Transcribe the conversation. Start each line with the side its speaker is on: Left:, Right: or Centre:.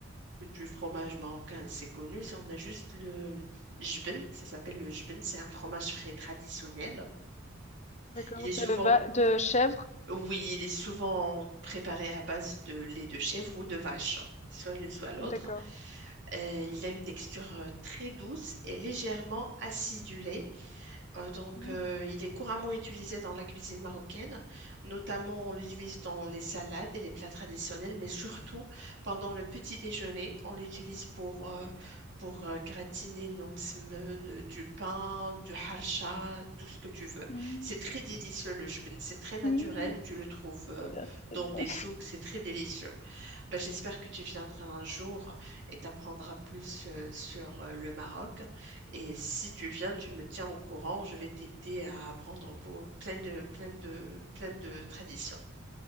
Right: du fromage marocain, c'est connu. c'est- On a juste le, Jubin, ça s'appelle le jubin, c'est un fromage frais traditionnel.
Left: d'accord
Right: Il est souvent,
Left: de va de chèvre
Right: oui, il est souvent préparé à base de lait de chèvre ou de vache, soit l'une soit l'autre.
Left: d'accord
Right: Euh, il a une texture euh, très douce et légèrement acidulée Euh, donc,
Left: Mmh.
Right: euh, il est couramment utilisé dans la cuisine marocaine, notamment on l'utilise dans les salades et les plats traditionnels, mais surtout pendant le petit déjeuner, on l'utilise pour, euh, pour euh, gratiner nos msemen, du pain, du harcha, tout ce que tu veux.
Left: Mmh.
Right: C'est très délicieux le jbin, c'est très naturel,
Left: Mmh.
Right: tu le trouves euh,
Left: Ça a l'air très
Right: dans
Left: bon.
Right: des souks, c'est très délicieux. Ben, j'espère que tu viendras un jour et t'apprendras plus euh, sur euh, le Maroc. Et si tu viens, tu me tiens au courant. Je vais t'aider à apprendre beau- plein de, plein de, plein de traditions.